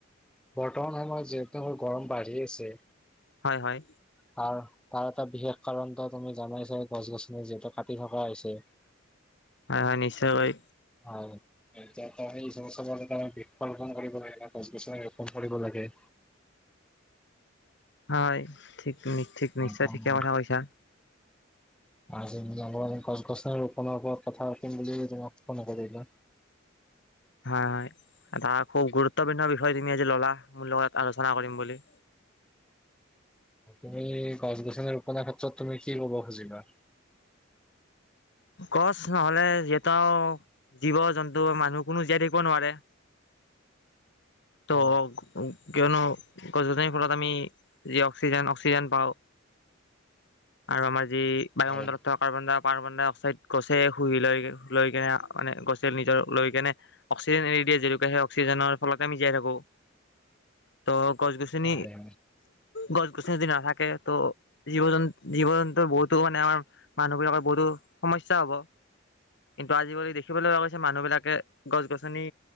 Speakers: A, in the centre; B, on the left.
A: বৰ্তমান সময়ত যিহেতু গৰম বাঢ়ি আছে,
B: হয় হয়,
A: তাৰ তাৰ এটা বিশেষ কাৰণটো তুমি জানাই ছাগে গছ গছনি যিহেতু কাটি থকা হৈছে।
B: হয় হয় নিশ্চয়কৈ,
A: হয়। এতিয়া এই হিচাপত চাব গলে বৃক্ষ ৰোপন কৰিব লাগে বা গছ-গছনি ৰোপন কৰিব লাগে।
B: হয় ঠিক তুমি, ঠিক
A: লাগে।
B: নিশ্চয় ঠিকে কথা কৈছা।
A: আজি নিয়মীয়াকৈ গছ গছনি ৰোপনৰ ওপৰত কথা পাতিম বুলি তোমাক ফোন কৰিলো।
B: হয় হয়, এটা খুব গুৰুত্বপূৰ্ণ বিষয় তুমি আজি ল'লা মোৰ লগত আলোচনা কৰিম বুলি।
A: তুমি গছ গছনি ৰোপনৰ ক্ষেত্ৰত তুমি কি ক'ব খুজিবা?
B: গছ নহলে যিহেতু জীৱ জন্তু মানুহ কোনো জীয়াই থাকিব নোৱাৰে।
A: <inaudible>
B: ত'
A: হয়
B: কিয়নো গছ গছনিৰ ফলত আমি যি অক্সিজেন অক্সিজেন পাওঁ, আৰু আমাৰ যি বায়ুমণ্ডলত
A: হয়
B: থকা কাৰ্বন-ডাই পাৰ্বন-ডাই-অক ছাইড গছে শুহি লৈ লৈ কেনে মানে গছে নিজৰ লৈ কেনে অক্সিজেন এৰি দিয়ে যিহেতুকে সেই অক্সিজেনৰ ফলতে আমি জীয়াই থাকো।
A: <inaudible>
B: ত' গছ-গছনি
A: হয়
B: গছ গছনি যদি নাথাকে ত' জীৱ জন্ জীৱ জন্তুৰ বহুতো মানে আমাৰ মানুহ বিলাকৰ বহুতো সমস্যা হব। কিন্তু আজিকালি দেখিবলৈ পোৱা গৈছে মানুহবিলাকে গছ গছনি